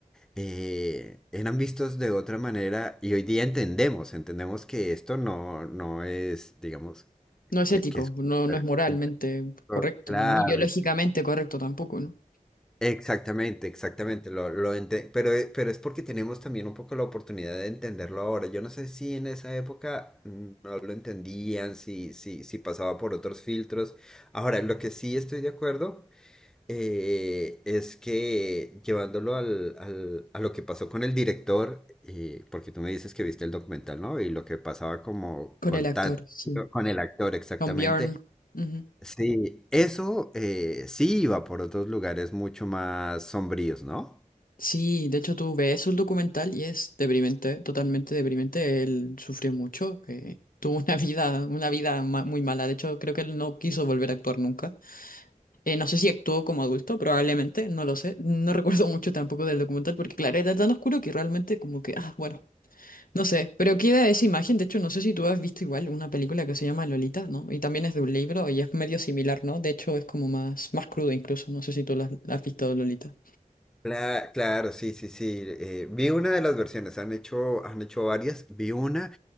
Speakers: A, in the centre; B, on the left.
A: eh, eran vistos de otra manera y hoy día entendemos, entendemos que esto no, no es, digamos,
B: No es
A: que,
B: ético,
A: que es...
B: no, no es moralmente
A: que no es todo
B: correcto,
A: Claro,
B: ni biológicamente
A: y-
B: correcto tampoco, ¿no?
A: exactamente, exactamente, lo, lo ente- pero, e- pero es porque tenemos también un poco la oportunidad de entenderlo ahora. Yo no sé si en esa época no lo entendían, si, si, si pasaba por otros filtros. Ahora, lo que sí estoy de acuerdo eh, es que llevándolo al, al- a lo que pasó con el director, eh, porque tú me dices que viste el documental, ¿no? Y lo que pasaba como
B: Con
A: con
B: el actor,
A: Tat-
B: sí.
A: con el actor exactamente.
B: Con Bjorn. Ujú.
A: Sí, eso eh, sí iba por otros lugares mucho más sombríos, ¿no?
B: Sí, de hecho tú ves el documental y es deprimente, totalmente deprimente. Él sufrió mucho, eh, tuvo una <laughs> vida, una vida ma- muy mala. De hecho, creo que él no quiso volver a actuar nunca. Eh, no sé si actuó como adulto, probablemente, no lo sé. No recuerdo mucho tampoco del documental porque, claro, era tan oscuro que realmente como que, ah, bueno, no sé. Pero queda esa imagen, de hecho, no sé si tú has visto igual una película que se llama Lolita, ¿no? Y también es de un libro y es medio similar, ¿no? De hecho, es como más, más crudo incluso, no sé si tú la has la has visto, Lolita.
A: Cla- Claro, sí, sí, sí. eh, vi una de las versiones, han hecho, han hecho varias. Vi una